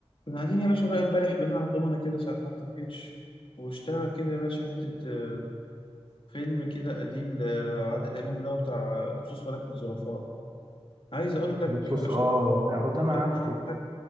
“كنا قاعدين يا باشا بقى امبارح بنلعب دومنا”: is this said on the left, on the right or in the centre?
Left